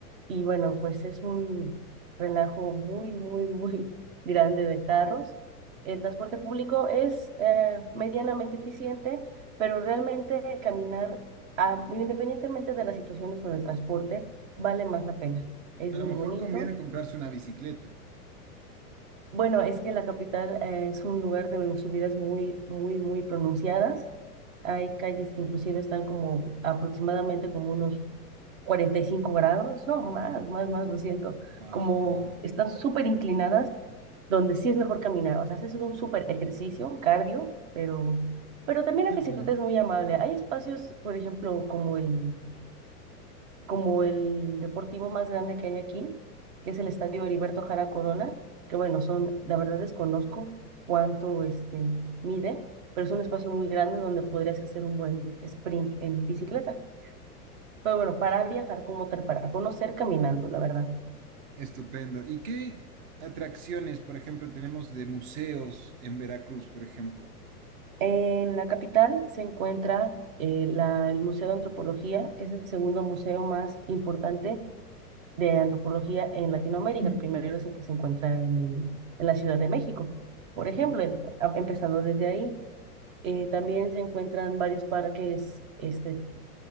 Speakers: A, on the right (about 55°); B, on the right (about 30°).
A: y bueno, pues es un relajo muy, muy, muy <laughs> grande de carros. El transporte público es eh, medianamente eficiente, pero realmente caminar, ah, independientemente de las situaciones con el transporte, vale más la pena. Es
B: A
A: muy
B: lo mejor
A: bonito.
B: conviene comprarse una bicicleta.
A: Bueno, es que la capital eh, es un lugar de subidas muy, muy, muy pronunciadas. Hay calles que inclusive están como aproximadamente como unos 45 grados, no, más, más, más, lo siento,
B: Ah,
A: como están súper inclinadas, donde sí es mejor caminar. O sea, haces un súper ejercicio, un cardio, pero, pero también
B: qué
A: la bicicleta
B: bueno.
A: es muy amable. Hay espacios, por ejemplo, como el como el deportivo más grande que hay aquí, que es el Estadio Heriberto Jara Corona, que bueno, son, la verdad desconozco cuánto este, mide, pero es un espacio muy grande donde podrías hacer un buen sprint en bicicleta. Pero bueno, para viajar como tal, para conocer caminando, la verdad.
B: Estupendo. ¿Y qué atracciones, por ejemplo, tenemos de museos en Veracruz, por ejemplo?
A: En la capital se encuentra eh, la- el Museo de Antropología, que es el segundo museo más importante de antropología en Latinoamérica. El primero es el que se encuentra en, el- en la Ciudad de México, por
B: Ajá,
A: ejemplo, eh, a- empezando desde ahí. Eh, también se encuentran varios parques este,